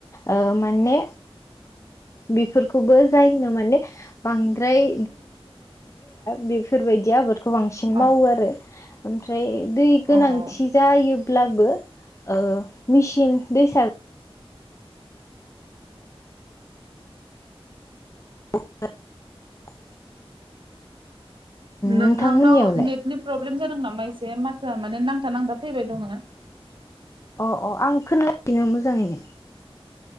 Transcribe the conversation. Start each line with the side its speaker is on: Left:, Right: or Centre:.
Left: ओ माने बेफोरखौबो जायो नो माने बांद्राय बेफोरबायदि आबादखौ बांसिन
Right: औ
Left: मावो आरो ओमफ्राय दै गोनांथि
Right: औ
Left: जायो ब्लाबो ओ मेसिन दैसा सार <unintelligible>
Right: नोंथांनाव
Left: नोंथांमोननियावलाय
Right: नेटनि प्रब्लेम जादों नामा नामा एसे माथोआ माने नांथा नांथा फैबाय दंङो
Left: अ अ आं खोनासिनो मोजाङैनो